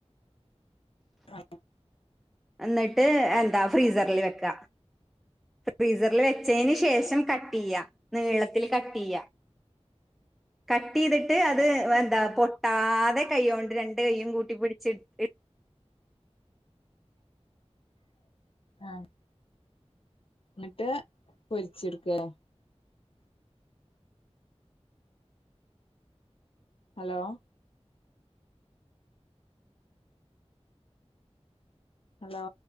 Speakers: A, on the left; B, in the centre.
A: ഉം
B: എന്നിട്ട് എന്താ ഫ്രീസറില് വെക്കാ. ഫ്രീസറില് വെച്ചേന് ശേഷം കട്ടിയ്യാ നീളത്തില് കട്ടിയ്യ. കട്ടീതിട്ട് അത് വന്താ പൊട്ടാതെ കൈയ്യോണ്ട് രണ്ട് കൈയ്യും കൂട്ടി പിടിച്ച് ഇ
A: ആഹ് ന്നിട്ട് പൊരിച്ചെടുക്ക അ ഹലോ? ഹലോ?